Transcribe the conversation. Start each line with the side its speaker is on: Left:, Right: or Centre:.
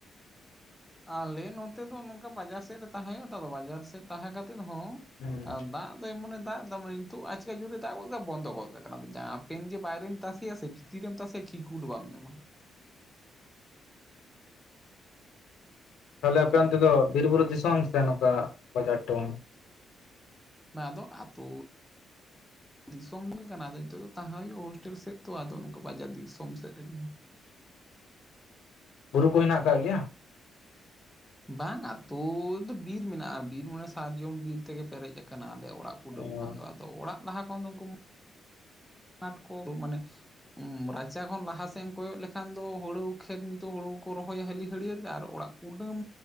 Centre: ᱟᱞᱮ ᱱᱚᱛᱮ ᱫᱚ ᱱᱚᱝᱠᱟ ᱵᱟᱡᱟᱨ ᱥᱮᱫ ᱨᱮ ᱛᱟᱦᱮᱸ ᱦᱚᱭᱩᱜ ᱟ ᱛᱚ ᱟᱫᱚ ᱵᱟᱡᱟᱨ ᱥᱮᱡ ᱛᱟᱦᱮᱸ ᱠᱟᱛᱮᱜ ᱦᱚᱸ
Left: ᱦᱩᱸ
Centre: ᱟ ᱫᱟᱜ ᱫᱚᱭ ᱮᱢᱚᱱᱮ ᱫᱟᱜ ᱮᱫᱟ ᱢᱟᱱᱮ ᱱᱤᱛᱩᱜ ᱟᱪᱠᱟ ᱡᱩᱨᱮ ᱫᱟᱜ ᱜᱚᱜ ᱠᱮᱫᱟ ᱵᱚᱱᱫᱚ ᱜᱚᱫ ᱠᱟᱜ ᱠᱟᱱᱟ ᱟᱫᱚ ᱡᱟᱦᱟᱸ ᱯᱮᱱ ᱡᱮ ᱵᱟᱭᱨᱮᱱ ᱛᱟᱥᱮᱭᱟ ᱥᱮ ᱛᱤᱨᱮᱢ ᱛᱟᱥᱮᱭᱟ ᱠᱷᱤ ᱠᱷᱩᱴ ᱵᱟᱢ ᱧᱟᱢᱟ᱾
Left: ᱛᱟᱦᱚᱞᱮ
Centre: ᱚᱱᱠᱟᱱ
Left: ᱟᱯᱮ
Centre: ᱚᱵᱚᱥᱛᱟ
Left: ᱚᱱᱛᱮ ᱫᱚ ᱵᱤᱨ ᱵᱩᱨᱩ ᱫᱤᱥᱚᱢ ᱥᱮ ᱱᱚᱠᱟ ᱵᱟᱡᱟᱨ ᱴᱟᱣᱩᱱ᱾
Centre: ᱵᱟ ᱟᱫᱚ ᱟᱛᱩ ᱫᱤᱥᱚᱢ ᱜᱮ ᱠᱟᱱᱟ ᱟᱫᱚ ᱱᱤᱛᱚᱜ ᱫᱚ ᱛᱟᱦᱟᱸ ᱦᱩᱭᱩᱜ ᱦᱳᱥᱴᱮᱞ ᱥᱮᱫ᱾ ᱛᱚ ᱟᱫᱚ ᱱᱚᱝᱠᱟ ᱵᱟᱡᱟᱨ ᱫᱤᱥᱚᱢ ᱥᱮᱫ ᱨᱮ ᱜᱮ᱾
Left: ᱵᱩᱨᱩ ᱠᱚ ᱦᱮᱱᱟᱜ ᱟᱠᱟᱜ ᱜᱮᱭᱟ?
Centre: ᱵᱟᱝᱟ ᱟᱛᱩ ᱫᱚ ᱵᱤᱨ ᱢᱮᱱᱟᱜ-ᱟ, ᱵᱤᱨ ᱢᱟᱱᱮ ᱥᱟᱨᱡᱚᱢ ᱵᱤᱨ ᱛᱮᱜᱮ ᱯᱮᱨᱮᱡ ᱟᱠᱟᱱᱟ᱾ ᱠᱟᱱᱟ ᱟᱞᱮᱭᱟᱜ ᱚᱲᱟᱜ ᱠᱩᱰᱟᱹᱢ
Left: ᱟᱞᱮ
Centre: ᱠᱷᱚᱱ ᱫᱚ ᱟᱫᱚ ᱚᱲᱟᱜ ᱞᱟᱦᱟ ᱠᱷᱚᱱ ᱫᱚ ᱩᱱᱠᱩᱢ ᱠᱟᱸᱴ ᱠᱳ ᱫᱳ‌ ᱢᱟᱱᱮ ᱩᱸᱢ ᱨᱟᱪᱟ ᱠᱷᱚᱱ ᱞᱟᱦᱟ ᱥᱮᱜ ᱮᱢ ᱠᱚᱭᱚᱜ ᱞᱮᱠᱷᱟᱱ ᱫᱚ ᱦᱩᱲᱩ ᱠᱷᱮᱛ ᱱᱤᱛᱚᱜ ᱦᱩᱲᱩ ᱠᱚᱠᱚ ᱨᱚᱦᱚᱭᱟ ᱦᱟᱹᱞᱤ ᱦᱟᱹᱲᱭᱟᱹᱲ ᱜᱮ ᱟᱨ ᱚᱲᱟᱜ ᱠᱩᱰᱟᱹᱢ